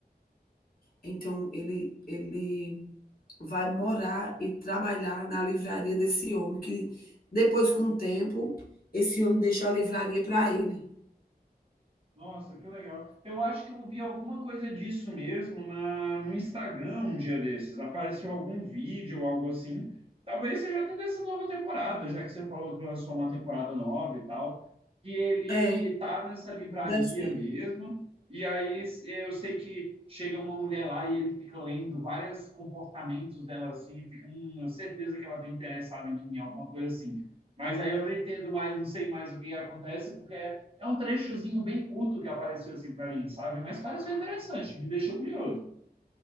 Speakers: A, on the left; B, on the right.
A: Então, ele, ele vai morar e trabalhar na livraria desse homem, que depois, com o tempo, esse homem deixou a livraria para ele.
B: Nossa, que legal. Eu acho que eu vi alguma coisa disso mesmo na, no Instagram um dia desses. Apareceu algum vídeo ou algo assim. Talvez seja até dessa nova temporada, já que você falou que lançou uma temporada nova e tal, que ele
A: É,
B: tá nessa livraria
A: deve ser.
B: mesmo. E aí eu sei que chega uma mulher lá e ele fica lendo vários comportamentos dela assim, fica hum, eu certeza que ela tá interessada em mim, alguma coisa assim. Mas aí eu não entendo mais, não sei mais o que acontece, porque é um trechozinho bem curto que apareceu assim para mim, sabe? Mas pareceu interessante, me deixou curioso.